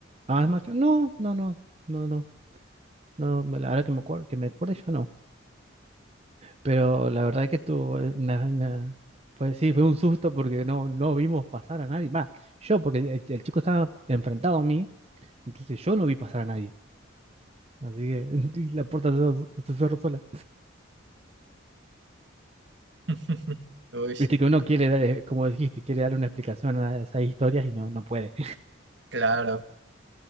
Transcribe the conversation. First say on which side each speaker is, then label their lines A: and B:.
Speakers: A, on the right; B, on the right.
A: Ah, es macho. No, no, no, no, no. No, me- la que me acuerdo, que me acuerdo yo no. Pero la verdad es que estuvo eh, una, una- pues sí, fue un susto porque no, no vimos pasar a nadie. Va, yo, porque el, el- el chico estaba enfrentado a mí, entonces yo no vi pasar a nadie. Así que <laughs> y la puerta se, cerró se cerró sola.
B: <laughs> Uy,
A: Viste que uno quiere, dar, eh, como dijiste, quiere darle una explicación a esas historias y no, no puede.
B: claro.